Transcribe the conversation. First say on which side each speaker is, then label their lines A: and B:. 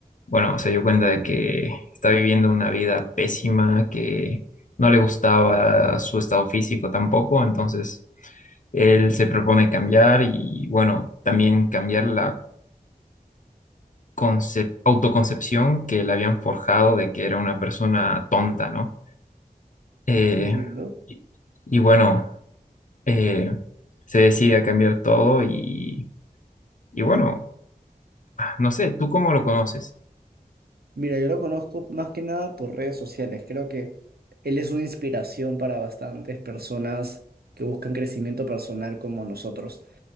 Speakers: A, on the left (about 55°); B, on the right (about 80°).
A: bueno, se dio cuenta de que está viviendo una vida pésima, que no le gustaba su estado físico tampoco, entonces él se propone cambiar y bueno, también cambiar la concep- autoconcepción que le habían forjado de que era una persona tonta, ¿no? Eh,
B: Entiendo.
A: y y bueno, eh, se decide a cambiar todo y, y bueno. No sé, ¿tú cómo lo conoces?
B: Mira, yo lo conozco más que nada por redes sociales. Creo que él es una inspiración para bastantes personas que buscan crecimiento personal como nosotros.